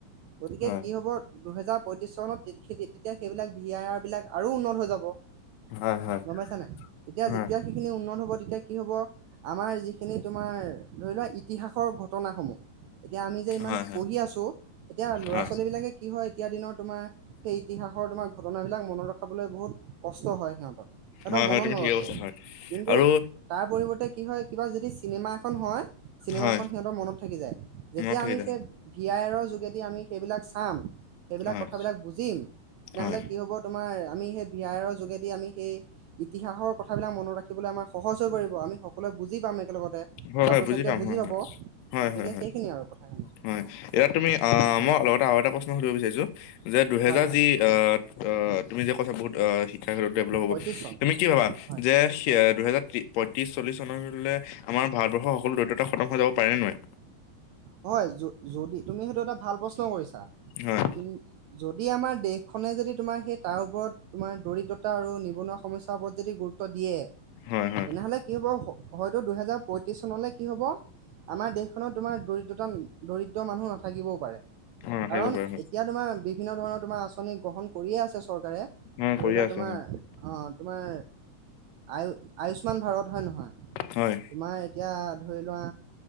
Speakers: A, on the right (about 80°); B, on the left (about 85°).
A: গতিকে
B: হয়
A: কি হ'ব দুহেজাৰ <unintelligible> তেতিয়া সেইবিলাক ভি আই আৰ বিলাক আৰু উন্নত হৈ যাব।
B: হয় হয় হয়
A: গম পাইছা নে নাই? তেতিয়া
B: হয়
A: যেতিয়া সেইখিনি উন্নত হ'ব, তেতিয়া কি হ'ব! আমাৰ যিখিনি তোমাৰ ধৰি লোৱা ইতিহাসৰ ঘটনা সমূহ এতিয়া আমি যে ইমান
B: হয়
A: পঢ়ি আছো, এতিয়া ল'ৰা-ছোৱালী
B: হয়
A: বিলাকে কি হয় এতিয়া দিনত <unintelligible> সেই ইতিহাসৰ তোমাৰ ঘ ঘটনাবিলাক মনত ৰখাবলৈ বহুত কষ্ট হয় সিহঁতৰ, সিঁহতৰ
B: হয়
A: মনত
B: হয় তুমি
A: নৰখে।
B: ঠিকে কৈছা হয়
A: কিন্তু
B: আৰু
A: তাৰ পৰিৱৰ্তে কি হয় কিবা <unintelligible> চিনেমা এখন হয়, চিনেমাখন
B: হয়
A: সিঁহতৰ মনত থাকি যায়। যেতিয়া
B: মনত থাকিলে
A: আমি সেই
B: হয়
A: ভি আই আৰৰ যোগেদি আমি সেইবিলাক চাম সেইবিলাক
B: হয়
A: কথাবিলাক বুজিম। তেতিয়াহ'লে
B: হয়
A: কি হ'ব, তোমাৰ আমি সেই ভি আই আৰৰ যোগেদি আমি সেই ইতিহাসৰ কথাবিলাক মনত ৰাখিবলৈ আমাৰ সহজ হৈ পৰিব আমি সকলোৱে বুজি পাম একেলগত।
B: হয়
A: ছাত্ৰ
B: হয়
A: ছাত্ৰীয়ে
B: পাম
A: বুজি
B: হয়
A: পাব।
B: হয় হয়
A: গতিকে
B: হয় হয়
A: সেইখিনিয়ে আৰু কথাখিনি।
B: হয় এতিয়া তুমি আহ!
A: অ
B: মই লগতে আৰু এটা প্ৰশ্ন সুধিব বিচাৰিছোঁ যে দুহেজাৰ
A: হয় হয়
B: যি আহ তুমি যে কৈছা বহুত শিক্ষা ক্ষেত্ৰত ডেভলপ হ'ব
A: পঁয়ত্ৰিশ চন
B: তুমি কি ভাবা
A: হয়
B: যে সিয়েত দুহেজাৰ ত্ৰি পঁয়ত্ৰিশ চল্লিশ চনলে আমাৰ ভাৰতবৰ্ষৰ সকলো দৰিদ্ৰতা খতম হৈ যাব পাৰে নোৱাৰে?
A: হয় য যদি তুমি সেইটো এটা ভাল প্ৰশ্ন কৰিছা
B: হয়
A: কি যদি আমাৰ দেশখনে যদি তোমাৰ সেই তাৰ ওপৰত তোমাৰ দৰিদ্ৰতা আৰু নিবনুৱা সমস্যাৰ ওপৰত যদি গুৰুত্ব দিয়ে।
B: হয় হয়
A: তেনেহলে
B: হয়
A: কি হব হয়তো দুহেজাৰ পয়ত্ৰিশ চনলৈ কি হব আমাৰ দেশখনত তোমাৰ দৰিদ দন দৰিদ্ৰ মানুহ নাথাকিবও পাৰে।
B: নাথাকিব
A: কাৰণ
B: পাৰে হয়
A: এতিয়া তোমাৰ বিভিন্ন ধৰণৰ তোমাৰ আঁচনি গ্ৰহণ কৰি চৰকাৰে
B: হয়
A: ধৰি
B: কৰিয়ে
A: লোৱা
B: আছে
A: তোমাৰ
B: হয়
A: অহ তোমাৰ আয় আয়ুস্মান ভাৰত হয় নহয়
B: হয়
A: তোমাৰ এতিয়াত ধৰিলোৱা